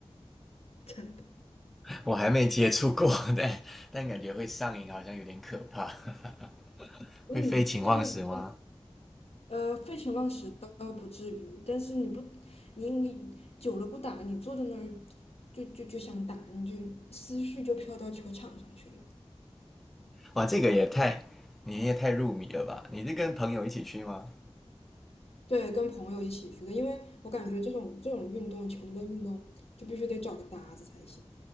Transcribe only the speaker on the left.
真的？
嗯，
这个就呃废寝忘食倒不至于，但是你不你你久了不打，你坐在那儿就就就想打，你就思绪就飘到球场上去了。
对，跟朋友一起去的，因为我感觉这种这种运动，球类运动就必须得找个搭子才行。